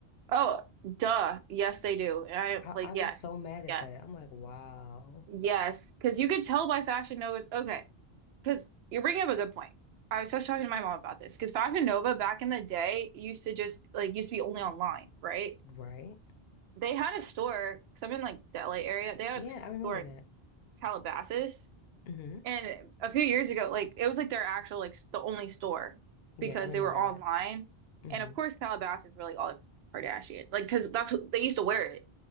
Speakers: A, on the right (about 80°); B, on the left (about 75°).
A: Oh, duh. Yes, they do. And I
B: I,
A: like
B: I
A: yes,
B: was so mad at
A: yes,
B: that. I'm like, wow,
A: yes. Because you could tell by Fashion Nova's okay. Because you're bringing up a good point. I was just talking to my mom about this because Fashion Nova back in the day used to just like used to be only online, right?
B: right?
A: They had a store because I'm in like the LA area. They had
B: Yeah, I
A: a
B: remember
A: store in
B: that.
A: Calabasas,
B: hmm
A: and a few years ago, like it was like their actual like s- the only store
B: Yeah,
A: because
B: I remember
A: they were online,
B: that. hmm
A: and of course Calabasas were like all the Kardashian, like because that's what they used to wear it.